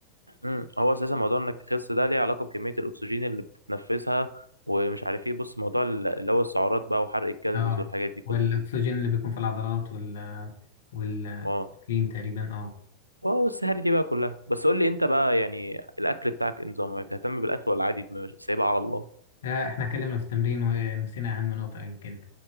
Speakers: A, on the right (about 90°); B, on the left (about 60°).
A: امم هو أساسا موضوع إنك تخس ده ليه علاقة بكمية الأكسجين اللي بتتنفسها ومش عارف إيه بص موضوع ال- اللي هو السعرات بقى وحرق الكالوريز
B: اه
A: والحاجات دي كلها
B: والاكسجين اللي بيكون في العضلات وال والكلين
A: اه
B: تقريبا اه
A: واو السهر دي بقى كلها بس قول لي أنت بقى يعني الأكل بتاعك إيه نظامه بتهتم بالأكل ولا عادي مش- سايبها على الله
B: آه، احنا اتكلمنا في التمرين ونسينا اهم نقطه يمكن